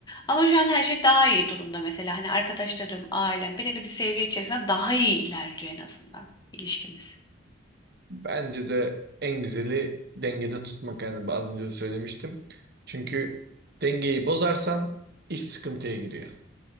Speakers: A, on the left; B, on the right.
A: Ama şu an her şey daha iyi durumda mesela. Hani arkadaşlarım, ailem belirli bir seviye içerisinde daha iyi ilerliyor en azından ilişkimiz.
B: Bence de en güzeli dengede tutmak yani az önce de söylemiştim. Çünkü dengeyi bozarsan iş sıkıntıya giriyor.